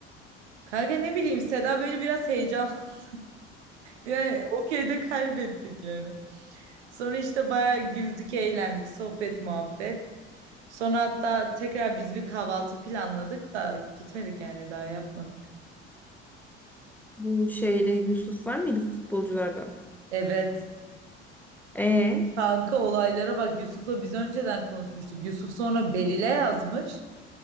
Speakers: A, on the right; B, in the centre.
A: kanka ne bileyim Seda böyle biraz heyecan. <laughs> Yani okeyde kaybettik yani. Sonra işte bayağı güldük, eğlendik, sohbet, muhabbet. Sonra hatta tekrar biz bir kahvaltı planladık da gitmedik yani daha yapmadık.
B: Bu şeyde Yusuf var mıydı futbolcularda?
A: Evet.
B: E,
A: Kanka olaylara bak Yusuf'la biz önceden konuşmuştuk. Yusuf sonra Beril'e yazmış.